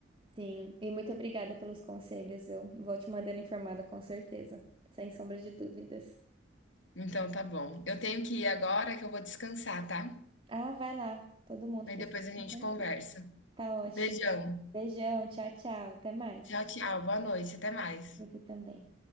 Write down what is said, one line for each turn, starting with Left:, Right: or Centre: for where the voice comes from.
Right: sim, e muito obrigada pelos conselhos. Eu vou te mandando informada com certeza, sem sombra de dúvidas.
Left: Então tá bom. Eu tenho que ir agora que eu vou descansar, tá?
Right: Ah, vai lá. Todo mundo
Left: Aí
Right: precisa.
Left: depois a
Right: de
Left: gente
Right: um conselho.
Left: conversa.
Right: Tá ótimo.
Left: Beijão.
Right: Beijão, tchau, tchau. Até mais.
Left: Tchau, tchau. Boa noite. Até mais.
Right: Você também.